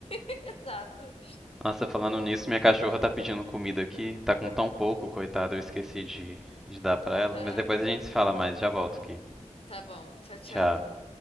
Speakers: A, on the left; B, in the centre.
A: Exato.
B: Nossa, falando nisso, minha cachorra tá pedindo comida aqui. Tá com tão pouco, coitada, eu esqueci de, de dar pra ela.
A: <laughs>
B: Mas depois a gente se fala mais, já volto aqui.
A: Tá bom. Tchau, tchau.
B: Tchau.